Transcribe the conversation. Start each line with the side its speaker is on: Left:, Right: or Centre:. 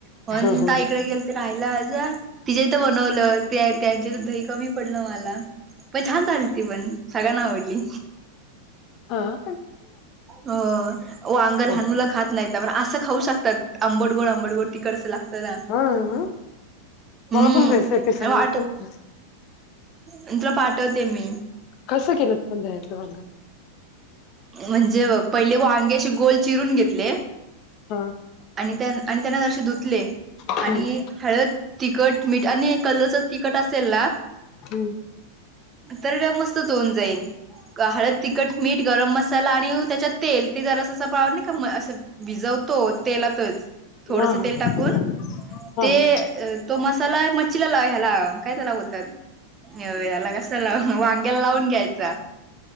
Right: पण
Left: हा हा
Right: ताईकडे गेल ते राहिला जा, तिच्या इथं बनवलं ते त्यांच्या इथं दही कमी पडलं मला. पण छान झाली ती पण, सगळ्यांना आवडली.
Left: आ?
Right: हो वांग
Left: हो
Right: लहान मुलं खात नाहीत, पण असं खाऊ शकतात आंबटगोड आंबटगोड. तिकडचं लागतं ना.
Left: हा ना
Right: हम्म,
Left: मला पण रेसिपी सांग
Right: काय वाटत
Left: मी पण कस-
Right: अन तुला पाठवते मी.
Left: कसं केलंत पण दह्यातलं वांग?
Right: म्हणजे बघ, पहिले वांगे अशी गोल चिरून घेतले.
Left: हा.
Right: आणि त्या आणि त्यांना जरासे धुतले
Left: हम्म
Right: आणि हळद तिखट, मीठ आणि कलरचं तिखट असेल ना
Left: हम्म.
Right: तरी ते मस्तच होवून जाईन. का हळद, तिखट, मीठ गरम मसाला आणि त्याच्यातं तेल. ते जरासं असं <unintelligible> नाही का असं भिजवतो तेलातचं. थोडसं
Left: हा हा
Right: तेल टाकून,
Left: हा
Right: ते
Left: हा. हा
Right: तो मसाला मच्छीला लाव ह्याला काय त्याला बोलतात? याला कशाला, वांग्याला लावून घ्यायचा.